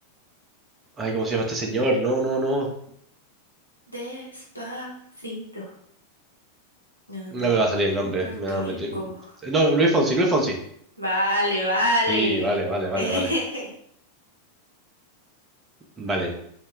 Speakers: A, on the right; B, on the left.
A: Ay, ¿cómo se llama este señor? No, no, no.
B: Despacito. No, no,
A: No me
B: no.
A: va a salir el nombre.
B: En Puerto
A: Me va a
B: Rico.
A: meter- No, Luis Fonsi, Luis Fonsi.
B: Vale, vale.
A: Sí, vale, vale, vale,
B: <laughs>
A: vale. Vale.